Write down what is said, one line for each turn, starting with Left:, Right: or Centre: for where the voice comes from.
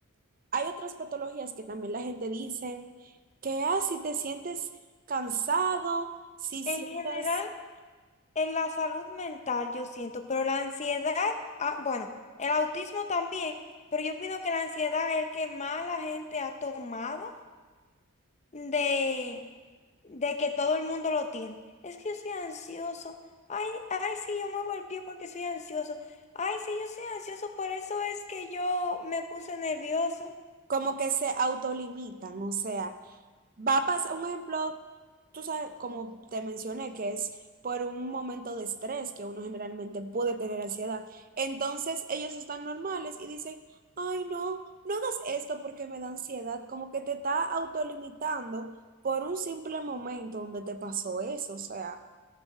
Right: Hay otras patologías que también la gente dice que, ah, si te sientes cansado, si sientes
Left: En general, En la salud mental, yo siento, pero la ansiedad, ah, bueno, el autismo también, pero yo opino que la ansiedad es el que más la gente ha tomado de, de que todo el mundo lo tiene. Es que yo soy ansioso. Ay, ay, sí, yo muevo el pie porque soy ansioso. Ay, sí, yo soy ansioso, por eso es que yo me puse nervioso.
Right: como que se autolimitan, o sea, va a pasar un ejemplo, tú sabes, como te mencioné, que es por un momento de estrés que uno generalmente puede tener ansiedad. Entonces ellos están normales y dicen, ay, no, no hagas esto porque me da ansiedad, como que te está autolimitando por un simple momento donde te pasó eso, o sea,